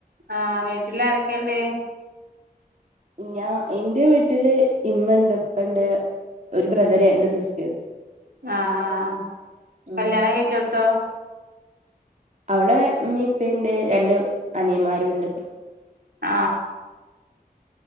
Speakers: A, on the right; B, on the right.
A: ആഹ് വീട്ടിലാരൊക്കെ ഇണ്ട്
B: ഞാ ഇൻ്റെ വീട്ടില് ഇമ്മ ഇണ്ട് ഉപ്പണ്ട് ഒരു ബ്രദർ
A: ഉം
B: രണ്ട് സിസ്റ്റേഴ്സ്
A: ആഹ് ആഹ് ആഹ്
B: ഉം
A: കല്യാണം കഴിച്ചൊടുത്തോ
B: അവിടെ ഇമ്മേം ഉപ്പേണ്ട് രണ്ട് അനിയന്മാരും ഉണ്ട്
A: ആഹ്